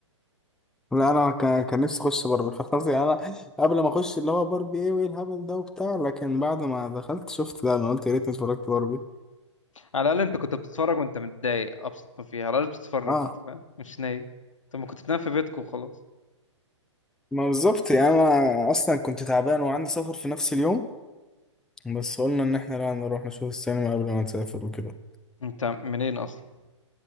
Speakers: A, in the centre; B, on the left (about 85°).
A: لا انا كان كان نفسي اخش باربي <laughs> خلاص يعني انا قبل ما اخش اللي هو باربي ايه وايه الهبل ده وبتاع لكن بعد ما دخلت شفت لا انا قلت يا ريتني اتفرجت باربي
B: على الاقل انت كنت بتتفرج وانت متضايق ابسط ما فيها على الاقل بتتفرج
A: اه
B: انت فاهم مش نايم انت ما كنت بتنام في بيتك وخلاص
A: ما بالظبط يعني انا اصلا كنت تعبان وعندي سفر في نفس اليوم بس قلنا ان احنا لا نروح نشوف السينما قبل ما نسافر وكده
B: انت منين اصلا